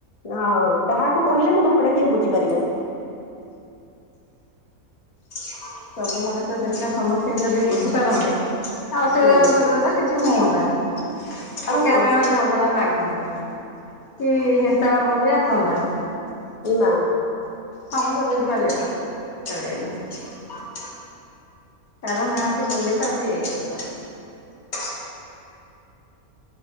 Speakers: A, on the left; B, on the left.
A: ହଁ କାହାକୁ କହିଲେ ମୁଁ ଦୁଃଖ ଟା କିଏ ବୁଝିପାରିବ
B: ସବୁ ମଣିଷ ସେଥିପାଇଁ ସମସ୍ତଙ୍କୁ ଯଦି ବୁଝିପାରନ୍ତେ ଅସୁବିଧା
A: ହୁଁ
B: ଫସୁବିଧା ତ କିଛି ହୁଅନ୍ତାନି। କି
A: ଆଉ କଣ?
B: କାହା ସାଙ୍ଗରେ ଝଗଡା ଲାଗନ୍ତେନି। କି ହିଂସା ଭାବ ବି ଆସନ୍ତାନି।
A: ନା।
B: ସମସ୍ତେ ବୁଝିପାରିବେନି ପାରିବେନି ପାରୁ ନାହାନ୍ତି ବୋଲି ତ ଆଜି ଏ ଅବସ୍ତା।